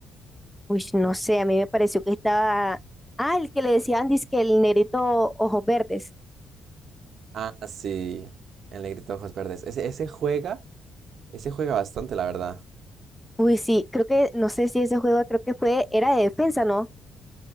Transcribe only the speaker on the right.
Mm.
Ah, sí, el negrito de ojos verdes. Ese, ese juega, ese juega bastante, la verdad.